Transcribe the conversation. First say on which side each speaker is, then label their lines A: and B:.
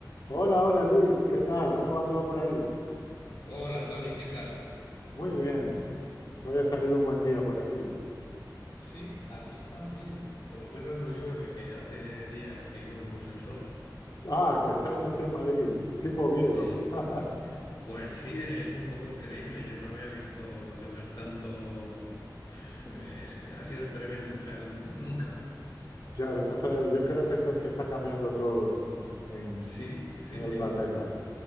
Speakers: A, on the left; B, on the left.
A: Hola, hola Luis, ¿qué tal? ¿Cómo va todo por ahí?
B: Hola Tony, ¿qué tal?
A: Muy bien, hoy ha salido un buen día por aquí.
B: Sí, aquí también, por lo menos no llueve, que hace días que no vemos el sol.
A: Ah, que estáis así en Madrid, tipo Oviedo.
B: Sí,
A: <laughs>
B: Pues sí, es un poco increíble, yo no había visto llover tanto, <sighs> Es- es- ha sido tremendo, o sea, nunca.
A: Claro, eso se- yo creo que eso es que está cambiando todo en,
B: Sí, sí,
A: en
B: sí.
A: el planeta.